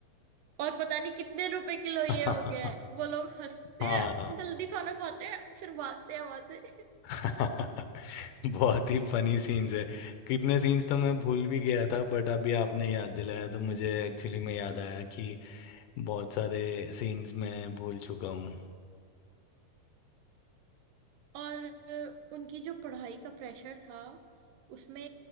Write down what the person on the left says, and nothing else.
<laughs>
हाँ
हाँ
<laughs> बहुत ही फनी सीन्स है कितने सीन्स तो मैं भूल भी गया था बट अभी आपने याद दिलाया तो मुझे एक्चुअली में याद आया कि बहुत सारे सीन्स मैं भूल चुका हूँ